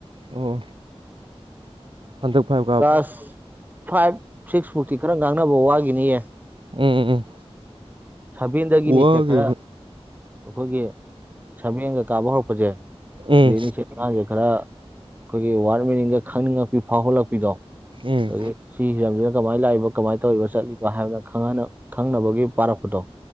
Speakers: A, on the right; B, on the right.
A: ꯑꯣ ꯍꯟꯗꯛ ꯐꯥꯏ
B: ꯀ꯭ꯂꯥꯁ ꯐꯥꯏꯚ ꯁꯤꯛꯁ ꯐꯥꯎꯇꯤ ꯈꯔ ꯉꯥꯡꯅꯕ ꯋꯥꯒꯤꯅꯤꯌꯦ
A: ꯎꯝ ꯎꯝ ꯎꯝ
B: ꯁꯥꯕꯦꯟꯗꯗꯒꯤꯅꯤ
A: ꯋꯥꯒꯤꯗꯅ
B: ꯆꯦ ꯈꯔꯥ ꯑꯩꯈꯣꯏꯒꯤ ꯁꯥꯕꯦꯟꯒ ꯀꯥꯕ ꯍꯧꯔꯛꯄꯁꯦ
A: ꯎꯝ
B: ꯁꯤꯗꯩꯅꯤꯁꯦ ꯑꯉꯥꯡꯁꯦ ꯈꯔꯥ ꯑꯩꯈꯣꯏꯒꯤ ꯋꯥꯔꯗ ꯃꯦꯅꯤꯡꯒꯥ ꯈꯪꯅꯤꯡꯉꯛꯄꯤ ꯐꯥꯎꯍꯜꯂꯛꯄꯤꯗꯣ <unintelligible>
A: ꯎꯝ
B: ꯁꯤ ꯍꯤꯔꯝꯁꯤꯅ ꯀꯃꯥꯏꯅ ꯂꯥꯛꯏꯕ ꯀꯃꯥꯏꯅ ꯇꯧꯔꯤꯕ ꯆꯠꯂꯤꯕ ꯍꯥꯏꯕꯅ ꯈꯪꯍꯟꯅꯥ ꯈꯪꯅꯕꯒꯤ ꯄꯥꯔꯛꯄꯗꯣ